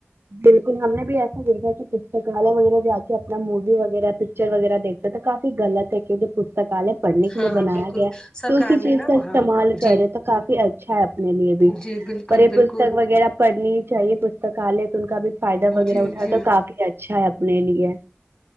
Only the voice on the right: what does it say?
بالکل ہم نے بھی ایسا دیکھا کہ پستکالیہ وغیرہ جا کے ن مووی وغیرہ پکچر وغیرہ دیکھتے تو کافی غلط ہے کہ جو پستکالے پڑھنے کے
لیے بنایا
گیا
تو اسی
چیز
کا
استعمال کر
ت کافی اچھا ہے اپنے لیے بھی
پر یہ پستک
وغیرہ پڑھنی ہی چاہیے پستکالیہ تو ان کا بھی فائدہ وغیرہ
اٹھا
تو کافی اچھا ہے اپنے لیے